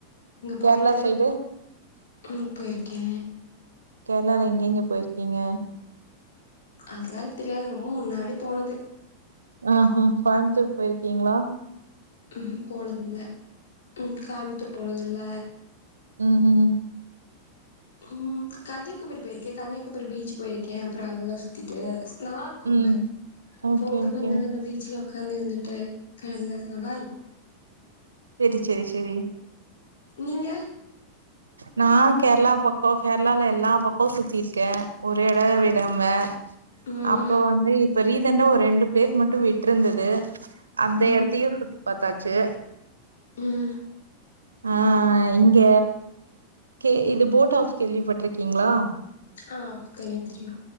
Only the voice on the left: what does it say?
போயிட்டு
ம் போயிருக்கே
அதல்லா எனக்கு தெரியாது ரொம்ப முன்னாடி போனது
ம் ஹு போனது இல்ல ம் கோயம்த்தூர் போனது இல்ல
ம் கன்யாகுமரி போயிருக்கே கன்யாகுமரி பீச் போயிருக்கே அப்புற அங்கெல்லா சுத்திட்டு நல்லாருக்கு
அங்க
போனது
கொஞ்ச நேர அந்த பீச்ல ஒ காந்து இருந்துட்டு கல்ல நல்லா இருக்கு
நீங்க
ம்.
ம்.
ம்
ஆ தெரியு தெரியு